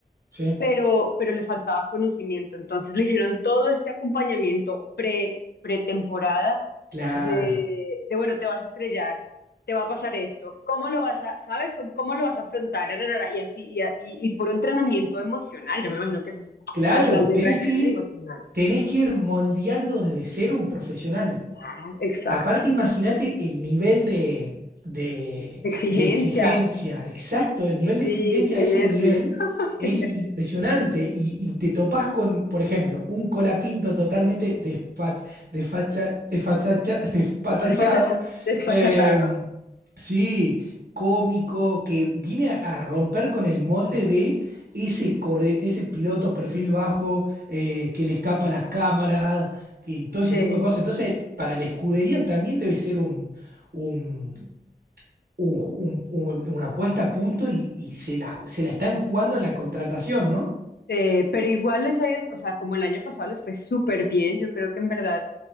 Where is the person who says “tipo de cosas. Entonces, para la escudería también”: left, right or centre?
Right